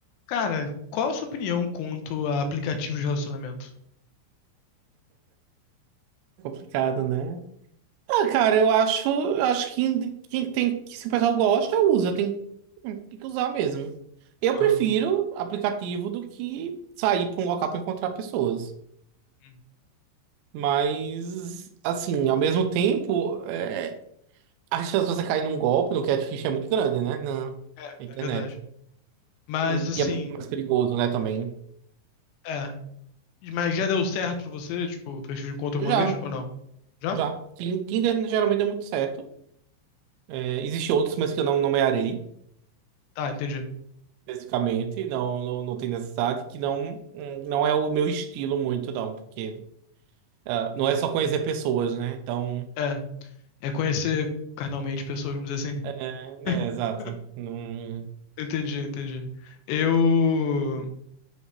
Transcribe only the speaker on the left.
Cara, qual a sua opinião quanto a aplicativos de relacionamento?
Aham.
Hum.
É,
é verdade. Mas
assim,
é. Mas já deu certo pra você, tipo, aplicativo de encontro alguma
vez? Ou não? Já?
Tá, entendi.
É. É conhecer carnalmente pessoas, vamos dizer assim.
<laughs>
Entendi, entendi. Eu,